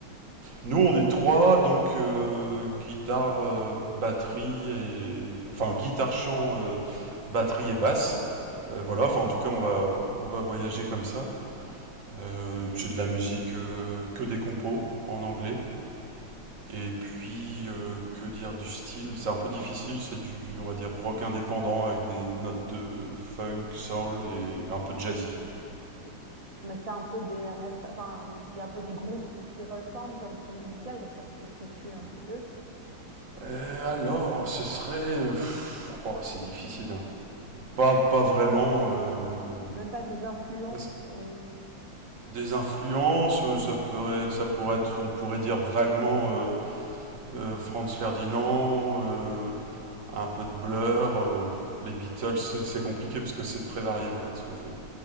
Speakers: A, on the right; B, on the right.
A: Nous, on
B: Puis,
A: est trois, donc euh, guitare, euh, batterie et enfin guitare, chant, euh, batterie et basse. Euh, voilà, enfin en tout cas, on va on va voyager comme ça. Euh, c'est de la musique euh, que des compos en anglais. Et puis euh, que dire du style? C'est un peu difficile, c'est du on va dire rock indépendant avec des notes de funk, soul et un peu de jazzy.
B: Mais t'as un peu des réf- enfin, il y a un peu des groupes qui ressemblent comme style musical, comme ça je peux situer un petit peu.
A: Euh, alors, ce serait euh, pff, oh, c'est difficile. Pas pas vraiment. euh,
B: Même pas des influences.
A: Bah, c'est-
B: euh,
A: Des influences, euh, ça pourrait, ça pourrait être, on pourrait dire vaguement euh, euh, Franz Ferdinand, euh, un peu de Blur, euh, les Beatles, c'est c'est compliqué parce que c'est très varié en fait ce qu'on fait.